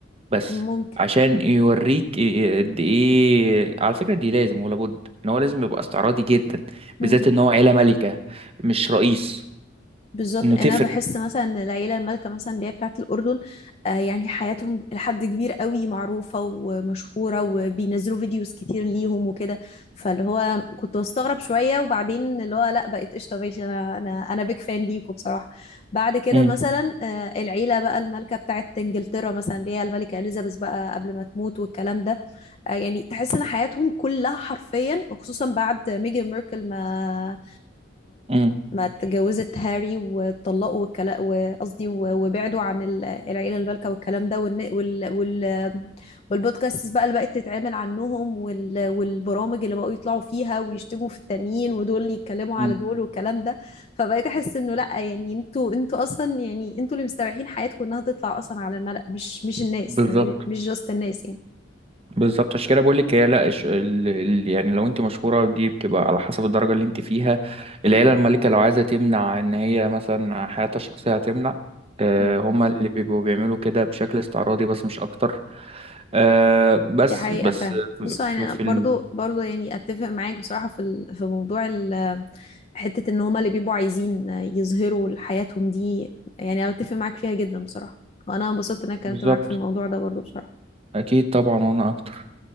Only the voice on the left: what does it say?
ممكن
مم.
بالظبط
انا
بحس مثلا ان العيله المالكه مثلا اللي هي بتاعه الاردن آه يعني حياتهم لحد كبير قوي معروفه ومشهوره وبينزلوا فيديوز كتير ليهم وكده فاللي هو كنت بستغرب شويه وبعدين اللي هو لا بقيت قشطه ماشي انا انا انا بيك فان ليكوا بصراحه بعد كده
مثلا آه العيله بقى المالكه بتاعه انجلترا مثلا اللي هي الملكه اليزابيث بقى قبل ما تموت والكلام ده آه يعني تحس ان حياتهم كلها حرفيا وخصوصا بعد ميجان ميركل ما
ما اتجوزت هاري واتطلقوا والكلام وقصدي و- وبعدوا عن ال- العيلة البالكة والكلام ده والن- وال... وال... والبودكاست بقى اللي بقت تتعمل عنهم وال... والبرامج اللي بقوا يطلعوا فيها ويشتموا في التانيين ودول يتكلموا
على دول والكلام ده فبقيت احس انه لا يعني انتوا انتوا اصلا يعني انتوا اللي مستبيحين حياتكم انها تطلع اصلا على الملأ مش مش الناس
يعني مش جاست الناس يعني
مم.
مم.
دي حقيقة
فعلا بصوا
يعني
برضو
برضو يعني اتفق معاك بصراحة في ال- في موضوع ال- حتة ان هما اللي بيبقوا عايزين يظهروا لحياتهم دي يعني اتفق معاك فيها جدا بصراحة وانا انبسطت ان انا اتكلمت
معاك في الموضوع ده برضو بصراحة